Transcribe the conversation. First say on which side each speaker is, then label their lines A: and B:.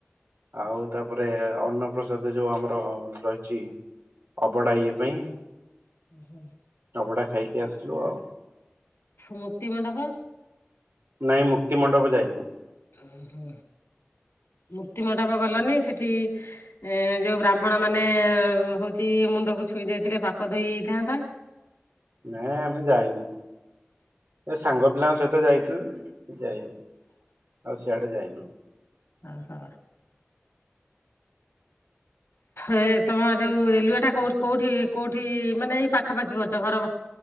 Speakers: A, on the right (about 70°); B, on the left (about 85°).
A: ଆଉ ତାପରେ ଅନ୍ନପ୍ରସାଦ ଯୋଉ ଆମର ରହିଚି ଅବଢ଼ାଇଏ ପାଇଁ
B: ଉ ହୁଁ,
A: ଅଭଡା ଖାଇକି ଆସିଲୁ ଆଉ।
B: ମୁକ୍ତି ମଣ୍ଡପ?
A: ନାଇଁ ମୁକ୍ତି ମଣ୍ଡପ ଯାଇନୁ।
B: ଓ ହୋ, ମୁକ୍ତି ମଣ୍ଡପ ଗଲନି ସେଠି ଏଁ ଯୋଉ ବ୍ରାହ୍ମଣ ମାନେ ହଉଚି ମୁଣ୍ଡକୁ ଛୁଇଁ ଦେଇଥିଲେ ପାପ ଧୋଇହେଇଥାନ୍ତା।
A: ନାଇଁ ଆମେ ଯାଇନୁ ଏ ସାଙ୍ଗ ପିଲାଙ୍କ ସହି ତେ ଯାଇଥିଲୁ ଯାଇନୁ ଆଉ ସିଆଡେ ଯାଇନୁ।
B: ଅ ହୋ, ଏ ତମ ଯୋଉ ରେଲୱେ ଟା କୋ କୋଉଠି କୋଉଠି ମାନେ ଏଇ ପାଖାପାଖି କରୁଛ ଘର